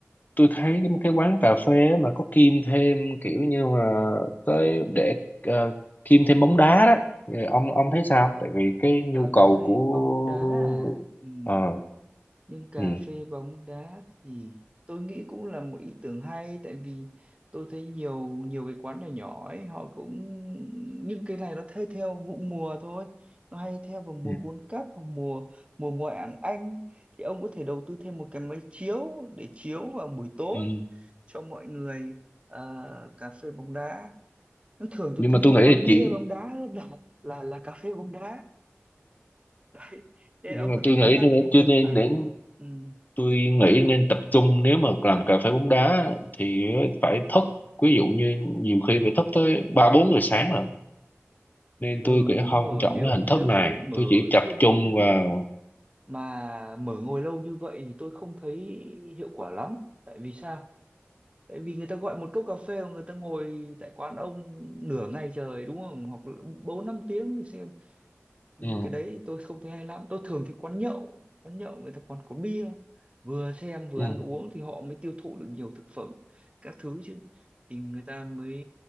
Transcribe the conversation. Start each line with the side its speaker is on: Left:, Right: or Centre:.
Left: tôi thấy cái cái quán cà phê á mà có kim thêm kiểu như mà tới để ờ, kim thêm bóng đá đó Thì ông ông thấy sao tại vì cái nhu
Right: cà phê
Left: cầu của
Right: bóng đá à ừ
Left: ờ
Right: nhưng cà
Left: ừ.
Right: phê bóng đá thì tôi nghĩ cũng là một ý tưởng hay tại vì tôi thấy nhiều nhiều cái quán nhỏ nhỏ ấy họ cũng nhưng cái này nó thay theo vụ mùa thôi nó hay theo vào mùa
Left: Ừ.
Right: World Cup hoặc mùa mùa ngoại hạng Anh thì ông có thể đầu tư thêm một cái máy chiếu để chiếu vào buổi tối
Left: Ừ.
Right: cho mọi người ờ, cà phê bóng đá nó thường tôi
Left: nhưng
Right: thấy
Left: mà
Right: hay
Left: tôi nghĩ
Right: quán
Left: là
Right: bia
Left: chỉ
Right: bóng đá hơn là là là cà phê bóng đá <laughs> đấy nên
Left: nhưng
Right: ông
Left: mà
Right: có
Left: tôi
Right: thể cân
Left: nghĩ
Right: nhắc
Left: là
Right: thêm cái
Left: chưa
Right: vụ
Left: nên
Right: này
Left: đến
Right: ừ.
Left: tôi nghĩ nên tập trung nếu mà làm cà phê bóng đá thì phải thức ví dụ như nhiều khi phải thức tới ba bốn giờ sáng rồi nên
Right: Ừ
Left: tôi nghĩ
Right: đúng
Left: không
Right: rồi
Left: chọn
Right: nếu
Left: cái hình
Right: nếu
Left: thức này
Right: xác định mở
Left: tôi chỉ
Right: xuyên
Left: tập
Right: suốt
Left: trung
Right: như thế
Left: vào
Right: mà mở ngồi lâu như vậy thì tôi không thấy hiệu quả lắm tại vì sao tại vì người ta gọi một cốc cà phê mà người ta ngồi tại quán ông nửa ngày trời đúng không hoặc là bốn năm tiếng thì xem Ừ,
Left: Ừ,
Right: cái đấy tôi không thấy hay lắm tôi thường thấy quán nhậu quán nhậu người ta còn có bia vừa xem vừa
Left: ừ.
Right: ăn uống thì họ mới tiêu thụ được nhiều thực phẩm các thứ chứ thì người ta mới